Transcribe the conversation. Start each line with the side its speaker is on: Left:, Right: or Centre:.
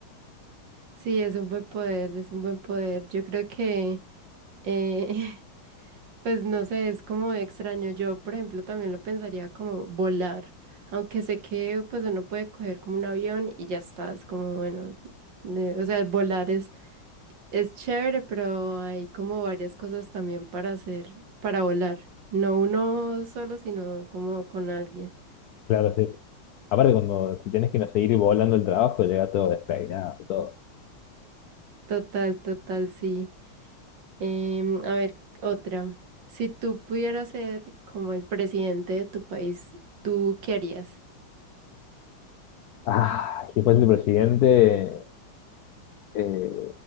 Right: Sí, es un buen poder, es un buen poder. Yo creo que eh, <laughs> Pues no sé, es como extraño. Yo, por ejemplo, también lo pensaría como volar, aunque sé que pues uno puede coger como un avión y ya está, es como bueno, eh, o sea, volar es, es chévere, pero hay como varias cosas también para hacer, para volar. No uno solo, sino como con alguien.
Left: claro, sí. Aparte, cuando si tenés que no seguir volando el trabajo, llega todo despeinado, todo.
Right: Total, total, sí. Em, a ver, otra. Si tú pudieras ser como el presidente de tu país, ¿tú qué harías?
Left: Ah, y después el presidente. eh,